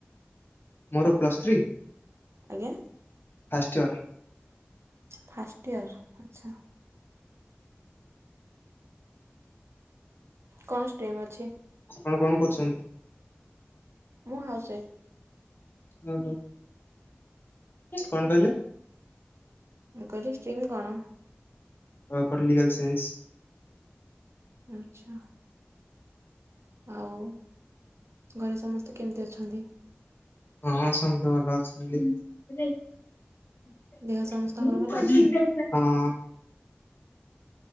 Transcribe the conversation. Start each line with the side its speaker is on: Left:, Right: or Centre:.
Left: ମୋର ପ୍ଲସ୍ ଥ୍ରୀ?
Right: ଆଜ୍ଞା?
Left: First year.
Right: ଫାଷ୍ଟ ଇୟର ଆଛା। କଣ ଷ୍ଟ୍ରିମ୍ ଅଛି?
Left: କଣ କଣ କରୁଛନ୍ତି?
Right: ମୁଁ ହାଉସ ୱାଇଫ୍।
Left: କଣ କହିଲ
Right: ମୁଁ କହିଲି ଷ୍ଟ୍ରିମ୍ କଣ?
Left: ପ ପଲିଟିକଲ ସାଇନ୍ସ।
Right: ଆଛା। ଆଉ ଘରେ ସମସ୍ତେ କେମିତି ଅଛନ୍ତି?
Left: ହଁ ସମସ୍ତେ ଭଲ ଅଛନ୍ତି। ହଁ।
Right: ଦେହ ସମସ୍ତଙ୍କର ଭଲ ଅଛି?